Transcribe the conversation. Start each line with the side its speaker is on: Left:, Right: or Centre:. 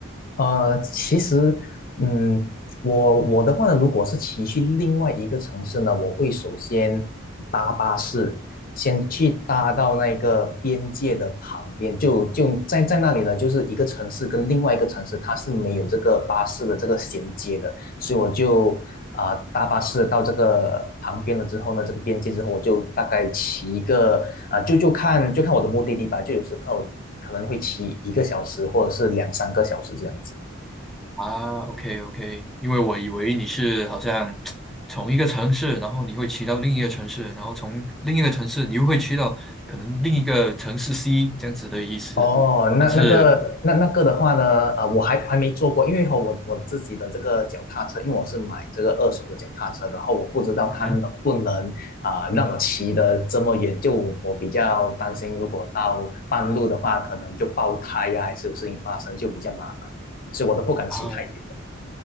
Left: 呃，其实，嗯，我我的话呢，如果是骑去另外一个城市呢，我会首先搭巴士，先去搭到那个边界的旁边，就就在在那里呢，就是一个城市跟另外一个城市，它是没有这个巴士的这个衔接的，所以我就啊、呃搭巴士到这个旁边了之后呢，这个边界之后，我就大概骑一个啊、呃就就看就看我的目的地吧，就有时候可能会骑一个小时或者是两三个小时这样子。
Centre: 啊，OK OK，因为我以为你是好像从一个城市，然后你会骑到另一个城市，然后从另一个城市你又会骑到可能另一个城市 C 这样子的意思。
Left: 哦，
Centre: 但是，
Left: 那那嗯个那那个的话呢，啊，我还还没做过，因为和我我自己的这个脚踏车，因为我是买这个二手的脚踏车，然后我不知道它能不能啊、
Centre: 嗯哼
Left: 让我骑得这么远，就我我比较担心，如果到半路的话，可能就爆胎呀、还是有事情发生，就比较麻烦，所以我都不敢骑太远的。
Centre: 啊，